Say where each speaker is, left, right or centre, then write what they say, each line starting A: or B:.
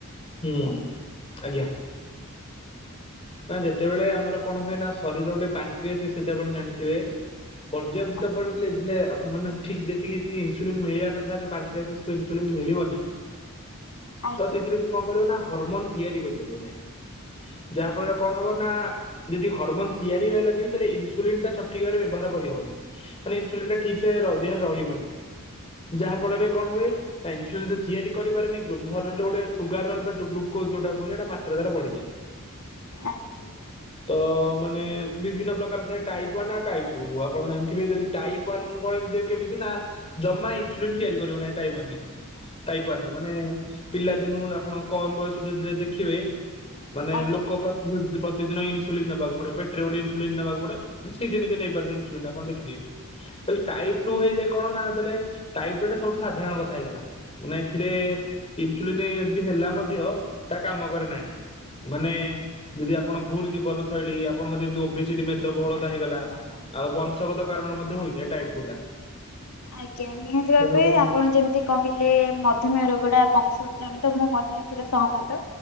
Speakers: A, on the left; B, on the left.
A: ହୁଁ ଆଜ୍ଞା। ନା ଯେତେବେଳେ ଆମର କଣ ହୁଏ ନା ଶରୀର ଗୋଟେ ପାନକ୍ରିଆଷ ଆପଣ ଜାଣିଥିବେ ପର୍ଯ୍ୟାପ୍ତ
B: ଆଜ୍ଞା
A: ପଡ଼ିଯାଇଥିଲେ ମାନେ ଠିକ୍ ଯେତିିକି ଯେତିକି ଇନସୁଲିନ୍ ମିଳିବା କଥା ଯେ ପାଞ୍ଚ ଆଶି ଇନ୍ସୁଲିନ୍ ମିଳିବନି
B: ଆଜ୍ଞା
A: ତ ସେଥିରେ ସେ କଣ କରିବ ନା ହରମୋନ ତିଆରି କରିପାରିବ ନାହିଁ। ଯାହା ଫଳରେ କଣ ହବ ନା ଯଦି ହରମୋନ ତିଆରି ହେଲାନି ତାହେଲେ ଇସୁଲିନ ଟା ସଠିକ ଭାବରେ ବ୍ୟବହାର କରିହବନି ମାନେ ଇନ୍ସୁଲିନ୍ ଟା ଠିକ୍ ସେ ଦେହରେ ରହିବନି। ଯାହା ଫଳରେ କଣ ହୁଏ, ଇନ୍ସୁଲିନ ତିଆରି କରିପାରେନି ଶରୀରେ ଗୋଟେ ସୁଗାର ଯୋଉଟା ଗ୍ଲୁକୋଜ ଯୋଉଟା ମାତ୍ରା ତାର ବଢିଯାଏ।
B: ଆଜ୍ଞା।
A: ତ ମାନେ ବିଭିନ୍ନ ପ୍ରକାର ଥାଏ ଟାଇପ୍ ୱାନ୍ ଆ ଟାଇପ୍ ଟୁ ଆପଣ ଜାଣିଥିବେ ଯଦି ଟାଇପ୍ ୱାନ କେମିତି ନା ଜମା ଇନ୍ସୁଲିନ ତିଆରି କରିବ ନାହିଁ ଟାଇପ୍ ୱାନ ରେ ଟାଇପ୍ ୱାନ ମାନେ ପିଲା ଦିନୁ ଆପଣ କମ ବୟସ ଯଦି ଦେଖିବେ ମାନେ
B: ଆଜ୍ଞା।
A: ଲୋକ ପ୍ରତି ପ୍ରତିଦିନ ଇନ୍ସୁଲିନ ନେବାକୁ ପଡ଼ିବ, ପେଟରେ ଗୋଟେ ଇନ୍ସୁଲିନ ନେବାକୁ ପଡେ। ସେଇ ନିଜେ ନିଜେ ନେଇପାରନ୍ତି ଇନ୍ସୁଲିନ ଆପଣ ଦେଖିଥିବେ। ଟାଇପ୍ ଟୁ ହେଇଯାଏ କଣ ନା, ଦେଲେ ଟାଇପ୍ ଟୁ ଟା ସବୁ ସାଧାରଣ କଥା ହେଇଗଲା। ମାନେ ଏଥିରେ ଇନ୍ସୁଲିନ ଯଦି ହେଲା ମଧ୍ୟ ତା କାମ କରେ ନାହିଁ। ମାନେ ଯଦି ଆପଣ ଭୁଲ ଜୀବନ ଶୈଳୀ ଆପଣଙ୍କର ଯେମିତି ଓବେସି ମେଦବହୁଳତା ହେଇଗଲା। ଆଉ ବଂଶଗତ କାରଣରୁ ମଧ୍ୟ ହୋଇଥାଏ ଟାଇପ ଟୁ ଟା
B: ଆଜ୍ଞା ନିହାତି ଭାବେ
A: ତେଣୁକରି
B: ଆପଣ ଯେମିତି କହିଲେ ମଧୁମେହ ରୋଗଟା ବଂଶତ ଜଣିତ ମୁଁ ମଧ୍ୟ ଏଥିରେ ସହମତ।